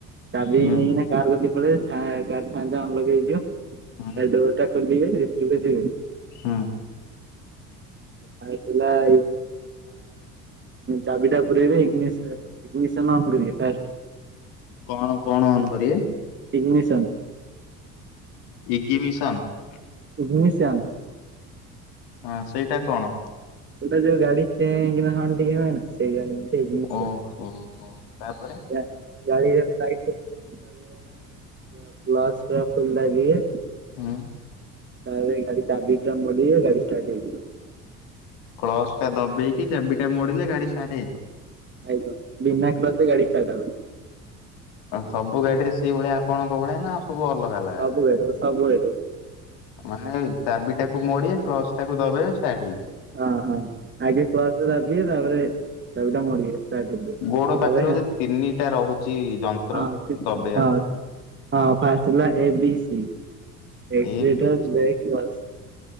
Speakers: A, on the right; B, on the left.
A: ଚାବି
B: ହୁଁ
A: ନେଇକି କାର <unintelligible> ଲଗେଇ ଦିଅ।
B: ହୁଁ
A: ସେ ଡୋର ଟା ଖୋଲିବେ ଭିତିର କୁ ଯିବୁ
B: ହୁଁ
A: ପାଣି ତୁଲାଉ ଚାବିଟା ପୂରେଇବେ <unintelligible> ଫାଷ୍ଟ
B: କଣ କଣ ଅନ କରିବେ?
A: ଇଗ୍ନିଶନ୍।
B: Ignition?
A: ଉଦମିଶନ୍।
B: ହଁ ସେଇଟା କଣ?
A: ସେଟା ଯୋଉ ଗାଡି ଚେଁ କିନା ସାଉଣ୍ଡ ଟିକେ ହୁଏ ନା ସେଇ ଗାଡି ଜିନିଷ।
B: ଓହୋ ହୋ ତାପରେ
A: ଗା ଗାଡି ର ଲାଇଟି ତାପରେ ହେଲା ବ୍ଲସ ପୁରା ଫୁଲ ଦାଗିବ
B: ହୁଁ ।
A: ତା ପରେ ଗାଡି ଚାବି ଟା ମୋଡି଼ବେ ଗାଡ଼ି ଷ୍ଟାର୍ଟ ହେଇଯିବ।
B: କ୍ଳସ ଟା ଦବେଇକି ଚାବିଟା ମୋଡିଲେ ଗାଡି ଷ୍ଟାର୍ଟ ହେଇଯିବ?
A: ଆଇଗ ଭିନା କ୍ରସ ରେ ଗାଡି ଷ୍ଟାର୍ଟ ହବନି।
B: ସବୁ ଗାଡିରେ ସେଇଭଳିଆ ଆପଣଙ୍କ ଭଳିଆ ନା ସବୁ ଅଲଗା ଅଲଗା?
A: ସବୁ ଗାଡିର ସବୁ ଏଢ଼େ
B: ମାନେ ଚାବିଟାକୁ ମୋଡି କ୍ଲଜଟାକୁ ଦବେଇବେ ଷ୍ଟାର୍ଟ ହେଇଯିବ।
A: ହଁ -ହଁ ଆଗେ କ୍ଲଜଟା ଦାବିବେ ତାପରେ ଚାବିଟା ମୋଡ଼ିବେ। ଷ୍ଟାଟ୍ ହବ।
B: ଗୋଡ ପାଖରେ ବୋଧେ ତିନିଟା ରହୁଛି ଯନ୍ତ୍ର
A: ହଁ-
B: ଦବେଇବାକୁ।
A: ହଁ- ହଁ ଫାଷ୍ଟ ହେଲା A B C. accelerator,
B: A B
A: brake, clutch.